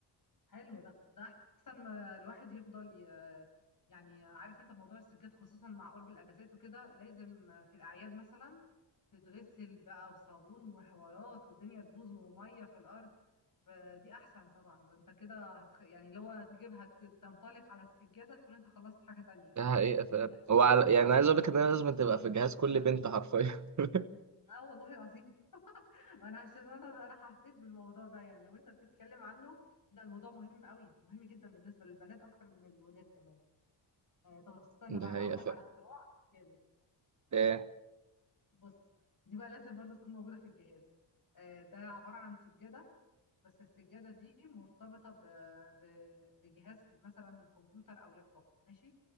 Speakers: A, on the left (about 45°); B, on the right (about 40°).
A: حلو ده ده احسن ما الواحد يفضل ي... يعني عارف انت موضوع السجاد خصوصا مع قرب الاجازات وكده لازم في الاعياد مثلا تتغسل بقى وصابون وحوارات والدنيا تبوظ وميه في الارض فدي احسن طبعا ده انت كده هتخ... يعني لو هتجيبها ت- تنطلق على السجاده تكون انت خلصت حاجه تانية
B: ده حقيقه فعلا
A: لا
B: هو
A: جميل.
B: على- يعني عايز اقول لك ان انا لازم تبقى في جهاز كل بنت حرفيا <laughs>
A: اه والله العظيم <laughs> انا عشان انا انا حسيت بالموضوع ده يعني لو انت بتتكلم عنه ده الموضوع مهم قوي مهم جدا بالنسبه للبنات اكتر من الولاد كمان آه، طب استنى
B: ده
A: بقى انا
B: حقيقه
A: هقول لك
B: فعلا
A: على اختراع جامد
B: ايه
A: بص دي بقى لازم برضو تكون موجوده في الجهاز آه، ده عباره عن سجاده بس السجاده دي مرتبطه ب... ب... بجهاز مثلا كمبيوتر او لابتوب ماشي